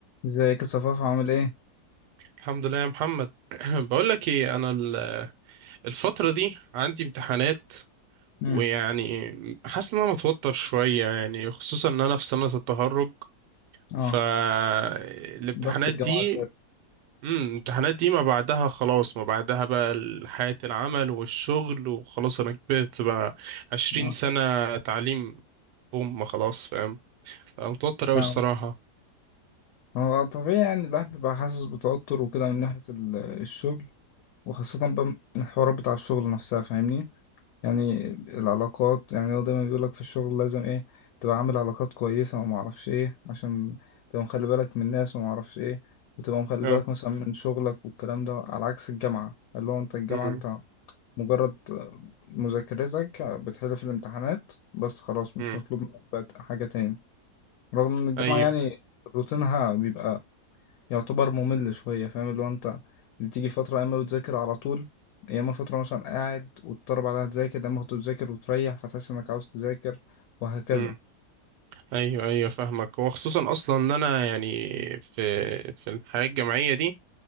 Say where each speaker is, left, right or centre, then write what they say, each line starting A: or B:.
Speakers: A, on the left; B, on the right.
A: ازيك يا صفاف عامل ايه؟
B: الحمد لله يا محمد <clears throat> بقول لك ايه انا ال- الفتره دي عندي امتحانات
A: امم
B: ويعني حاسس ان انا متوتر شويه يعني خصوصا ان انا في سنه التخرج
A: اه
B: فالامتحانات
A: ضغط الجامعة
B: دي
A: زاد
B: امم الامتحانات دي ما بعدها خلاص ما بعدها بقى ال- حياه العمل والشغل وخلاص انا كبرت بقى 20
A: اه
B: سنه تعليم هم خلاص فاهم أنا متوتر قوي
A: فاهم
B: الصراحه
A: هو طبيعي يعني الواحد بيبقى حاسس بتوتر وكده من ناحية ال- الشغل وخاصة بقى من الحوارات بتاع الشغل نفسها فاهمني؟ يعني العلاقات يعني هو دايما بيقولك في الشغل لازم ايه تبقى عامل علاقات كويسة وما اعرفش ايه عشان تبقى مخلي بالك من الناس وما اعرفش ايه وتبقى مخلي
B: اه
A: بالك مثلا من شغلك والكلام ده على عكس الجامعة اللي هو انت الجامعة
B: امم
A: انت مجرد مذاكرتك بتحل في الامتحانات بس خلاص مش
B: امم
A: مطلوب منك بقى حاجة تاني رغم ان الجامعة
B: ايوه
A: يعني روتينها بيبقى يعتبر ممل شوية فاهم اللي هو انت بتيجي فترة يا اما بتذاكر على طول يا اما فترة مثلا قاعد وتضطر بعدها تذاكر لما كنت بتذاكر وتريح فتحس انك عاوز تذاكر وهكذا
B: امم ايوه ايوه فاهمك وخصوصا اصلا ان انا يعني في في الحياه الجامعيه دي